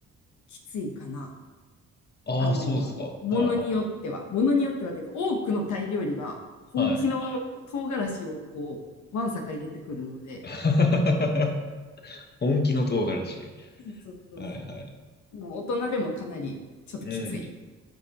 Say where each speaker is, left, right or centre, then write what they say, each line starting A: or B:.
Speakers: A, on the left (about 70°); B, on the left (about 35°).
A: きついかな。
B: ああ、
A: あの、
B: そうですか。はいは
A: ものによっては、ものによってはというか、多くのタイ料理は、本気の唐辛子をこう、
B: い。はい。
A: わんさか入れてくるので、
B: <laughs> 本気の唐辛子。
A: そうそうそうそう。
B: はいはい。
A: もう大人でもかなりちょっときつい
B: うん